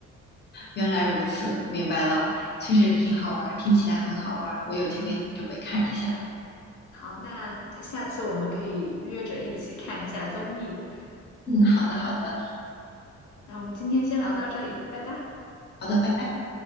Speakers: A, on the left; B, on the left.
A: 原来如此，明白了，确实挺好玩听起来很好玩我有机会准备看一下。
B: 好，那下次我们可以约着一起看一下综艺。
A: 嗯，好的，好的，
B: 那我们今天先聊到这里，拜拜。
A: 好的，拜拜。